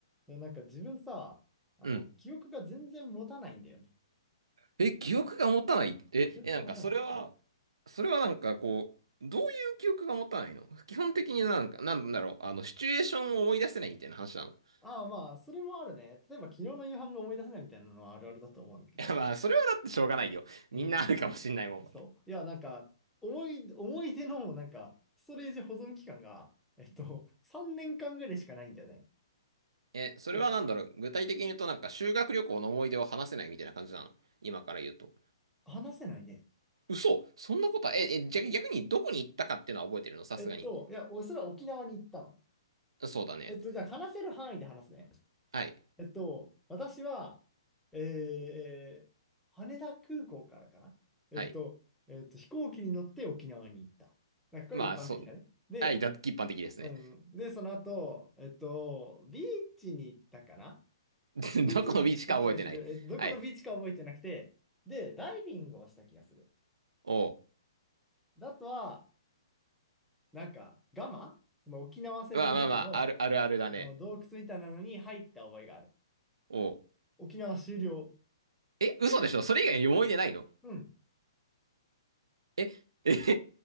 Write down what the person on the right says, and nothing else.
うん。
え、記憶が持たないえ、
え、なんかそれは、
それはなんかこう、どういう記憶が持たないの基本的になんか、なんだろう、あの、シチュエーションを思い出せないみたいな話なの。<laughs>
いや、まあ、それはだってしょうがないよ。
みんなあるかもしんないもん。
え、それはなんだろう、
具体的に言うとなんか修学旅行の思い出を話せないみたいな感じなの。今から言うと。
嘘そんなことは、え、え、じゃ、逆にどこに行ったかっていうのは覚えてるのさすがに。
そうだね。
はい。
はい。
まあ、そう。
はい、だ、一般的ですね。
<laughs>
どこのビーチか覚えてない。
はい。
おう。
まあまあまあ、ある、あるあるだね。
おう。
え、嘘でしょそれ以外に思い出ないの
え、え、